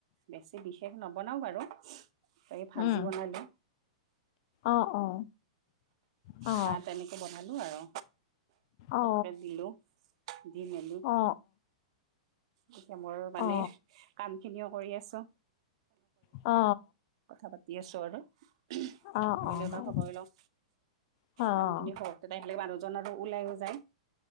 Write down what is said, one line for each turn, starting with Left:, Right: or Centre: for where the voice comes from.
Right: বেছি বিশেষ নবনাও বাৰু এই ভাজি
Left: উম
Right: বনালো
Left: অ অ অ
Right: হাহ তেনেকে বনালো আৰু চবকে
Left: অ
Right: দিলো দি মেলি
Left: অ
Right: এতিয়া মোৰ মানে
Left: অ অ
Right: কাম খিনিও কৰি আছো
Left: অ
Right: <inaudible> ভাবিলে
Left: অ', অ',
Right: বাৰ খবৰ লওঁ
Left: অ',
Right: কাম খিনি হ তেতিয়া আহিলে মানুহজনৰ ওলাইও যায়